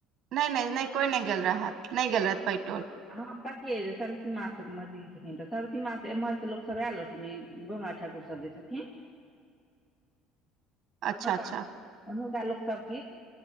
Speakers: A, on the right; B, on the left.
A: नहि नहि नहि कोई नहि गेल रहथि। नहि गेल रहत पैटोल
B: <unintelligible> सर्वसीमा से मजद छथिन तऽ सर्वसीमा से एम्हरके लोक सब आयल <unintelligible> गोइमा ठाकुर सब जे छथिन
A: अच्छा
B: हुनका
A: अच्छा
B: एम्हुरका लोक सभ किछु